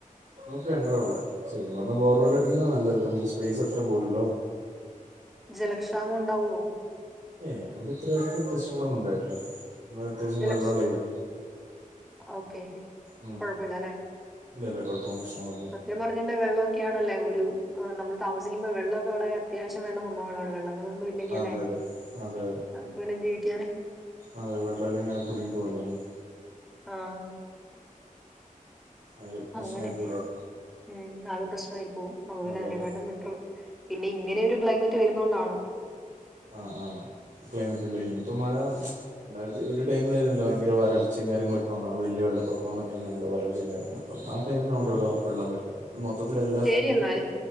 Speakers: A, on the right; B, in the centre.
A: നമക്ക് കണ്ടതള്ളെ ശെരി നമ്മ ബോർവെല്ലടിക്കുന്ന നല്ലത് നമക്ക് സ്പേസത്ര പോരല്ലോ
B: ജലക്ഷാമണ്ടാവോ?
A: ഏഹ് ഇവടെ ഇത്ര വെരെയായിട്ടും പ്രശ്നങ്ങളൊന്നുണ്ടായിട്ടില്ല. നമ്മ അത്യാവശ്യം
B: ജലക്ഷ
A: വെള്ള ള്ളെരിയ
B: ഓക്കെ
A: ഉം
B: കുഴപ്പമില്ല
A: ഇല്ല ല്ല കൊഴപ്പം പ്രശ്നങ്ങ
B: കൊഴപ്പൊന്ന <unintelligible> ന്റെ വള്ളൊക്കാണല്ലേ ഒരു എഹ് നമ്മൾ താമസിക്കുമ്പ വെള്ളൊക്കെ വളരെ അത്യാവശ്യ വേണ്ട സംഭവങ്ങളാണ് വെള്ളം അതൊന്നുല്ലെങ്കില്ലേ
A: അതെ അതെ അതെ അതെ
B: നമക്ക് വടെ ജീവിക്കാന്.
A: അതെ തെ വെള്ളല്ലാഞ്ഞാ ആകെ കുടുങ്ങി പോവൊല്ലോ <unintelligible>
B: ആഹ്
A: ആകെ പ്രശ്നായി
B: അങ്ങനെ
A: പോവല്ലോ
B: ഉം ആകെ പ്രശ്നമായി പോവും അുവിന
A: അതെ
B: അതിനെക്കാട്ടും
A: അതെ
B: പെട്ട പിന്നെ ഇങ്ങനെൊ ഒരു ക്ലൈമറ്റ് വരുന്ന കൊണ്ടാണ്
A: ആഹ് ആഹ് ക്ലൈമറ്റ് ഇല്ല ഇനിപ്പ മഴ രണ്ടായിരത്തി ഒരുടൈമില ആരുന്നില്ല ഭയര വരൾച്ചയും കാര്യങ്ങളൊക്കെന്നാ വെള്ളപ്പൊക്കെ പോന്നടൈമിലുള്ള വരൾച്ചയും കാര്യങ്ങളക്കെ ആ ടൈമിനകൊണ്ട് ഇവിടെ വെള്ളം വരിക്കുക അ മൊത്തത്തിൽ എല്ലായിടത്തും
B: ശരി എന്നാല്